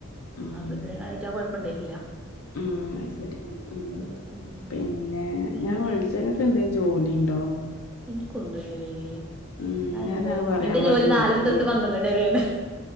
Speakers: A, on the left (about 85°); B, in the centre.
A: ഉം
B: അപ്പൊ ഇത്രീം കാലായിട്ട് ആ കൊഴപ്പണ്ടായിട്ടില്ല.
A: ഉം അത് ശെരി. ഉം
B: ഉം
A: പിന്നെ
B: പിന്നെ
A: ഞാൻ വിളിച്ച ഞങ്ങൾക്ക് എന്തേങ് ജോലി ഇണ്ടോ.
B: എനിക്കൊന്നുംല്ലടീ.
A: ഉം
B: ഞാൻ
A: ഞാനത്
B: ഇന്ന്
A: പറയാൻ
B: ഇന്റെ ജോലി
A: വേണ്ടി
B: നാലര
A: വിളിച്ചതേനി
B: തൊട്ട് പന്ത്രണ്ട് മണി വരേണ്.